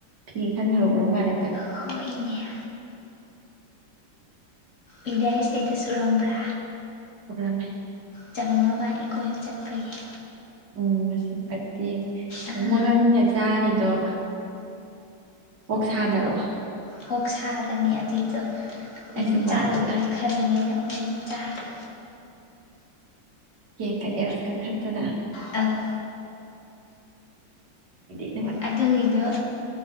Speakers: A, on the right (about 65°); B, on the left (about 45°).
A: ꯐꯤ ꯈꯟ ꯍꯧꯈ꯭ꯔ ꯃꯥꯜꯂꯦꯗ
B: ꯍꯣꯏꯅꯦ ꯏꯟꯗꯤꯌꯥ ꯏꯁꯇꯦꯇꯁ ꯎꯔꯝꯕ꯭ꯔꯥ
A: ꯑꯣꯔꯝꯃꯦ
B: ꯆꯪꯅꯤꯡꯉꯕꯅꯤ ꯑꯩ ꯀꯣꯏꯁꯨ ꯆꯠꯄꯒꯤ
A: ꯎꯝ ꯁꯤꯄꯇꯤ
B: ꯑꯥ
A: ꯃꯒꯅꯤꯅ ꯆꯔꯅꯤ ꯑꯣ ꯑꯣꯣꯛ ꯊꯥꯗꯔꯣꯑꯣ
B: ꯑꯣꯛ ꯁꯥꯔꯅꯤ ꯑꯗꯨꯏꯗꯣ ꯑꯩꯅ
A: ꯑꯩꯁꯨ ꯃꯥꯜꯂꯦꯕ
B: ꯆꯥꯔꯨꯒꯦ ꯈꯜꯂꯤꯉꯩꯗ ꯃꯅ ꯆꯥꯔꯦ
A: ꯀ ꯀ ꯑꯦꯁ ꯀ ꯈꯠꯇꯅ
B: ꯑꯪ
A: ꯎ
B: ꯑꯗꯨꯒꯤꯗꯣ